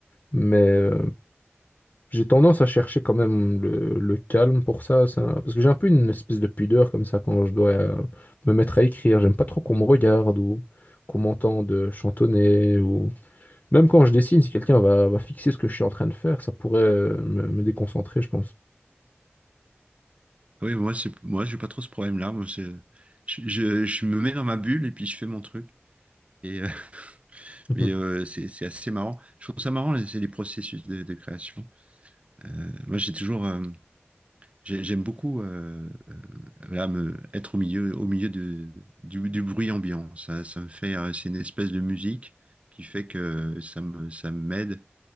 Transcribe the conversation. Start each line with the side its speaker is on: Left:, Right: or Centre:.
Left: Mais euh, j'ai tendance à chercher quand même le, le calme pour ça, ça. Parce que j'ai un peu une espèce de pudeur comme ça quand je dois euh, me mettre à écrire. J'aime pas trop qu'on me regarde ou qu'on m'entende chantonner. Ou... Même quand je dessine, si quelqu'un va, va fixer ce que je suis en train de faire, ça pourrait euh, me, me déconcentrer, je pense.
Right: Ah Oui, moi, c'est, moi, j'ai pas trop ce problème-là. Moi, c'est- je, je, je me mets dans ma bulle et puis je fais mon truc. Et, euh, <laughs>
Left: Mhm.
Right: mais euh, c'est c'est assez marrant. Je trouve ça marrant, les- c'est les processus de, de création. Euh, moi, j'ai toujours, euh, J'ai- J'aime beaucoup euh, euh, voilà, me, être au milieu, au milieu de, du, du bruit ambiant. Ça, ça me fait, euh, c'est une espèce de musique qui fait que ça me, ça m'aide